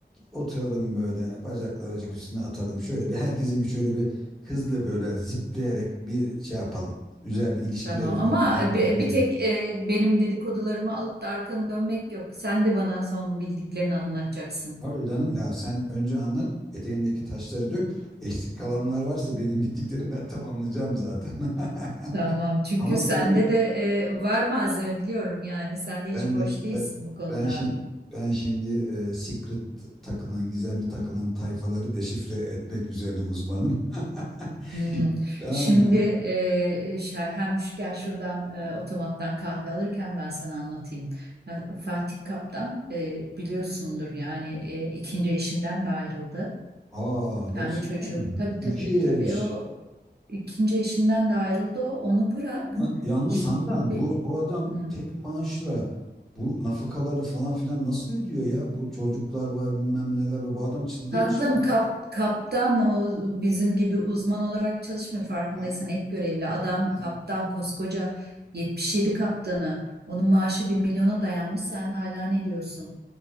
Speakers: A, in the centre; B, on the right (about 65°).
A: Oturalım böyle bacakları bacak üstüne atalım. Şöyle bir herkesi bir şöyle bir hızlı böyle zipleyerek bir şey yapalım. Üzerinde ilişkiler
B: tamam
A: üzerinden
B: ama bi-
A: geçelim.
B: bir tek e, benim dedikodularımı alıp da arkanı dönmek yok. Sen de bana son bildiklerini anlatacaksın.
A: Tabii canım ya sen önce anlat eteğindeki taşları dök. Eksik kalanlar varsa benim bildiklerim ben tamamlayacağım zaten. <laughs>
B: Tamam. Çünkü
A: Ama
B: sende
A: seni
B: de e, var malzeme biliyorum yani. Sen de hiç
A: ben
B: boş
A: de
B: değilsin
A: ben,
B: bu konuda.
A: ben şimdi ben şimdi e, secret takılan gizemli takılan tayfaları deşifre etmek üzerine uzmanım. <laughs>
B: Hmm.
A: Tamam
B: Şimdi
A: mı?
B: e, şa- hem şu- gel şuradan e, otomattan kahve alırken ben sana anlatayım. Ya, Fatih Kaptan e, biliyorsundur yani e, ikinci eşinden de ayrıldı.
A: Aa gerçekten
B: Kendi çocuğu
A: mi?
B: tabii
A: İki
B: tabii tabii
A: eş.
B: o ikinci eşinden de ayrıldı o onu bırak.
A: Ya- Yalnız
B: Şimdi,
A: Handan
B: e,
A: bu bu adam
B: hmm.
A: tek maaşla bu nafakaları falan filan nasıl ödüyor ya? Bu çocuklar var bilmem neler var. Bu adam çıldırmış
B: Tatlım
A: herhalde.
B: kap, kaptan o bizim gibi uzman olarak çalışmıyor farkındaysan
A: Ha,
B: ek görevli adam
A: ha.
B: kaptan koskoca 77 kaptanı onun maaşı bir milyona dayanmış sen hala ne diyorsun?